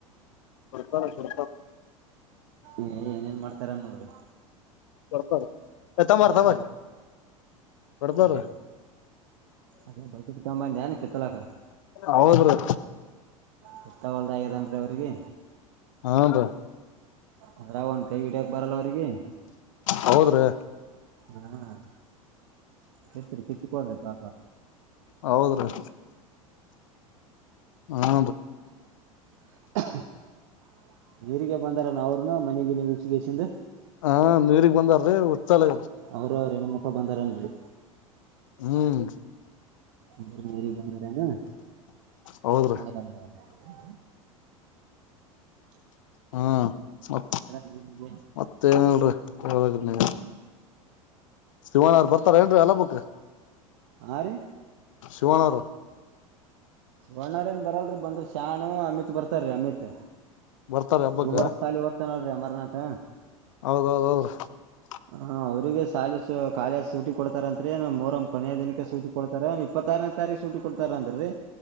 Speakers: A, on the left; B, on the right.
A: ಹಡ್ಕ ಹಡ್ಕ <inaudible>
B: ಏ ಏನೇನ್ ಮಾಡ್ತಾರ ನೋಡ್ರಿ
A: ಬರ್ತಾರ ಎತ್ತ
B: ಹಾ
A: ಮರ್ತ ಮ ಬರ್ತಾರೀ
B: ಹಾ ಅದೇ ಬಕೆಟ್ ತಗೊಂಬಂದ್ಯಾನ್ ಕಿತ್ತಲಕ
A: ಹೌದ್ರೀ
B: ಕತ ಬಲದ ಆದ ಅ ವರಿಗೆ
A: ಹನ್ ರೀ
B: ಅದ್ರಾವಂತ ಕೈ ಗಿಡಿಯಕ ಬರಲ್ಲ ಅವ್ರರಿಗೆ
A: ಹೌದ್ರಿ
B: ಹ್ಮ್ ಕಿತ್ತರಿ ಕಿತ್ತಕಳ್ರಿ ಪಾಪ
A: ಹೌದ್ರೀ ಹಾ
B: <inaudible> ಹೀರಿಗೆ ಬಂದಾರ ನ ಅವರುನು ಮನೆಗೆ ನೀವು ಈ ಸಿಂಧ್
A: ಹಾ ನೀರಿಗೆಗ್ ಬಂದಾರ್ರೀ ಉಚ್ಚಾಲ
B: ಅವರು ಅವ್ರ ಏನ್ ಮ ಒಬಂದರನ್ರಿ
A: ಹ್ಮ್
B: ಬ ಮೇರಿ ಬಂದ ರದ
A: ಹೌದ್ರಿ
B: ಹೌದೌ <inaudible> ಹ <inaudible>
A: ಹ್ಮ ಮ
B: ನೀರಿಗೆ
A: ಮತ್ತ ಏನನ್ರಿ ಹೇಳ್ಬೇಕ ನೀ ಶಿವನ್ ಅವ್ರ ಬರ್ತಾರ ಏನ್ರೀ ಎಲ್ಲ ಬಕ್
B: ಹಾ ರೀ
A: ಶಿವನರು
B: ಬಣ್ಣ್ರ ಏನ್ ಬರಲ್ರಿ ಬಂದ್ರಿ ಶ್ಯಾಣ್ ಅಮಿತ್ ಬರ್ತಾರೀ ಅಮಿತ್
A: ಬರ್ತಾರ ಹಬ್ಬಕ್
B: ಒಬರ್ಕ್ ಶಾಲಿ ಹೊಗನಲ್ರೀ ಅಮರ್ ನಾಥ್
A: ಬ <inaudible>
B: ಹಾ ಅವ್ರಿಗೆ ಶಾಲಿ ಕಾಲಜ್ ಸೂಟಿ ಕೊಡ್ತಾರ ಅಂತ ರಿ ಮೊಹರ್ ಕೊನೆಯ ದಿನಕ್ಕೆ ಸೂಟಿ ಕೊಡ್ತಾರೆ ಇಪ್ಪತ್ತಾರನೇ ತಾರೀಕು ಸೂಟಿ ಕೊ ಕೊಡ್ತಾರ ಅಂದ್ರ್ರೀ